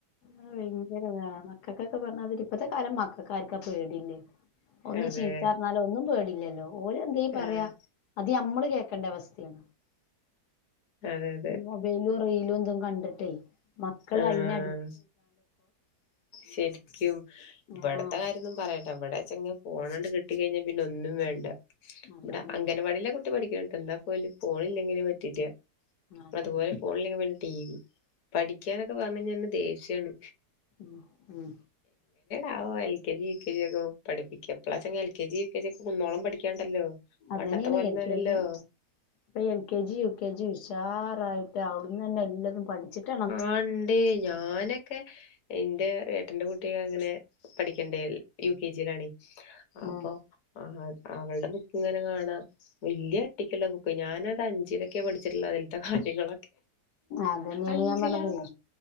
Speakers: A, on the left (about 80°); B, on the left (about 65°).
A: ആ ഭയങ്കരതാണ് മക്കൾക്കൊക്കെ പറഞ്ഞതി ഇപ്പത്തെ കാലം മക്കക്കാർക്കാ പേടില്ലേ ഒന്ന്
B: അതെ
A: ചീത്താറിഞ്ഞാലോ ഒന്നും പേടില്ലല്ലോ ഓലെ എന്ത്യ പറയാ
B: ആഹ്
A: ഇത് നമ്മ കേക്കണ്ടവസ്തേൻ
B: അതെ അതെ
A: മൊബൈലും റീലും കണ്ടിട്ടേ മക്കളയിനാടി
B: ആഹ് ശരിക്കും ഇവിടത്തെ
A: ആഹ്
B: കാര്യോന്നും പറയാ ഇവിടെചങ്കി പോണണ്ട് കിട്ടി കഴിഞ്ഞ പിന്നെ ഒന്നും വേണ്ട
A: അതാണേ
B: വിടെ അൻവാടിലൊക്ക് പഠിക്കേട്ട്ണ്ടാ ഫോണില്ലെങ്കില് പറ്റില്ല
A: അതന്നെയാണ്
B: അതുപോലെ ഫോണില്ലെങ്കി ടി വി പഠിക്കാനൊക്കെ പറഞ്ഞഴിഞ്ഞ ദേഷ്യാണ്
A: മ് മ്
B: അ ഓ L K G U K G യൊക്കെ പഠിപ്പിക്ക ഇപ്പളാച്ച L K G U K ജിയൊക്കെ കുന്നോളം പഠിക്കാണ്ടല്ലോ
A: അതെന്നെനേണ്
B: പണ്ടത്തെ പോലൊന്നും
A: എൽ
B: അല്ലല്ലോ
A: കെ ജി പ്പ L K G U K G ജുഷാറായി അവിടുന്നെ എല്ലതും പഠിച്ചിട്ട
B: ആണ്ട് ഞാനൊക്കെ ഇന്റെ ഏട്ടന്റെ കുട്ടി അങ്ങനെ പഠിക്ക ണ്ട് യു കെ ജിയിലാണ് അപ്പൊ
A: ഉം
B: അവളുടെ ബുക്ക് ഇങ്ങനെ കാണാ വല്യ അട്ടിക്ക്ള്ള ബുക്ക് ഞാന അത് അഞ്ചിലൊക്കെ പഠിച്ചിട്ട്ള്ളെ അതിൽത്തെ കാര്യങ്ങള
A: അതന്നെയാണ്
B: അഞ്ചിലാമ്മ
A: ഞാൻ പറഞ്ഞത്